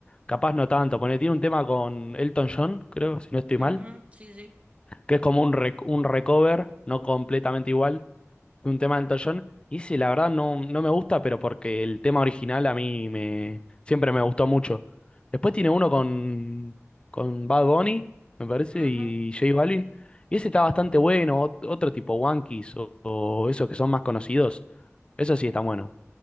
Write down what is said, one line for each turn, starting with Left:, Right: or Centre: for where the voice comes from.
Left: capaz no tanto. Porque tiene un tema con Elton John, creo, si no estoy
Right: Ujú,
Left: mal
Right: sí, sí.
Left: que es como un, rec- un recover, no completamente igual, de un tema del Elton Y ese, la verdad, no, no me gusta, pero porque el tema original a mí me, siempre me gustó mucho. Después tiene uno con, con Bad Bunny, me parece,
Right: Ujú.
Left: y J Balvin. Y ese está bastante bueno, ot- otro tipo, Wankees o, o esos que son más conocidos. Eso sí está bueno.